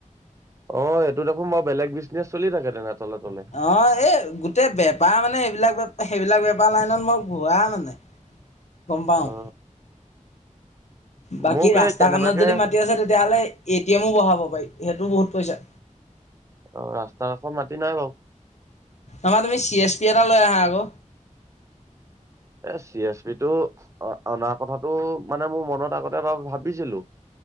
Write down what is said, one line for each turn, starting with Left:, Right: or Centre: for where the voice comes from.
Right: অ সেইটো দেখোন মই বেলেগ বিজনেচ চলি থাকে তেনে তলে তলে
Left: অ এ গোটেই বেপ পাৰ মানে এইবিলাক ব সেইবিলাক বেপাৰ লাইনত মই ঘূৰা মানে গম পাঁও
Right: অ
Left: বাকী
Right: মোক
Left: ৰাস্তা
Right: এই কেনেবাকে
Left: কাৰণে যদি মাতি আছে তেতিয়াহ'লে এ টি এমো বঢ়াব পাৰি সেইটো বহুত পইচা
Right: অ ৰাস্তা কাষত মাতি নাই বাৰু
Left: আমাৰ তুমি চি এছ পি এটা লৈ আহা আকৌ
Right: এ চি এছ পি টো অনা কথাটো মানে মোৰ মনত আগতে বাৰু ভাবিছিলো